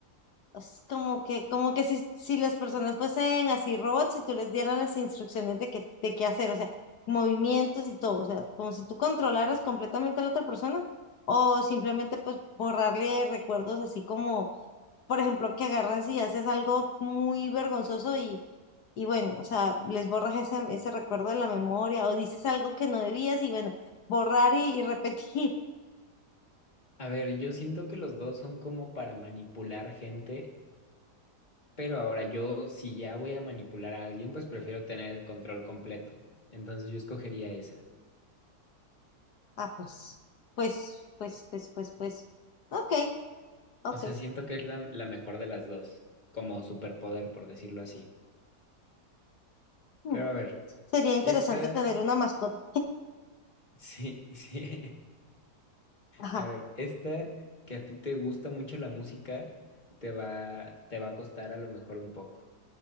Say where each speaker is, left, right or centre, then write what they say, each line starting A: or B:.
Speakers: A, on the left (about 75°); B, on the left (about 25°).
A: es como que, como que si, si las personas fuesen así robots y tú les dieras las instrucciones de qué, de qué hacer, o sea, movimientos y todo, o sea, como si tú controlaras completamente a la otra persona o simplemente pues borrarle recuerdos así como por ejemplo, que agarras y haces algo muy vergonzoso y, y bueno, o sea, les borras ese, ese recuerdo de la memoria o dices algo que no debías y bueno, borrar y, y repetir. <laughs>
B: A ver, yo siento que los dos son como para manipular gente Pero ahora yo, si ya voy a manipular a alguien, pues prefiero tener el control completo. Entonces yo escogería esa.
A: Ah, pues, pues, pues, pues, pues, pues. Ok, ok.
B: O sea, siento que es la, la mejor de las dos, como superpoder, por decirlo así.
A: mm,
B: Pero a ver,
A: Sería interesante
B: esta,
A: tener una mascota.
B: sí, <laughs> sí.
A: Ajá.
B: A ver, esta que a ti te gusta mucho la música, te va, te va a costar a lo mejor un poco.